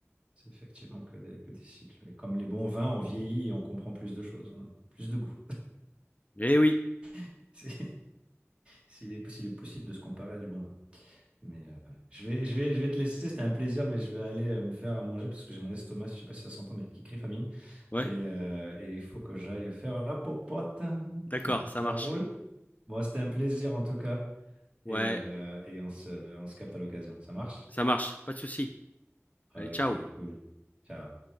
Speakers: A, on the right (about 20°); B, on the left (about 35°).
A: C'est effectivement que des, que des cycles. Et comme les bons vins, on vieillit et on comprend plus de choses, on a plus de goût.
B: Eh oui,
A: <laughs> C'est- S'il est, s'il est possible de se comparer à du bon vin. Mais euh, ouais. je vais, je vais, je vais te laisser, c'était un plaisir, mais je vais aller euh, me faire à manger parce que j'ai mon estomac, je sais pas si ça s'entend, mais qui crie famine.
B: ouais,
A: Et, euh, et il faut que j'aille faire la popote.
B: d'accord,
A: <laughs>
B: ça
A: Ça
B: marche.
A: roule? Bon, c'était un plaisir en tout cas.
B: Ouais,
A: Et, euh, et on se, on se capte à l'occasion. Ça marche?
B: ça marche, pas de souci. Allez,
A: Ok,
B: ciao.
A: cool. Ciao.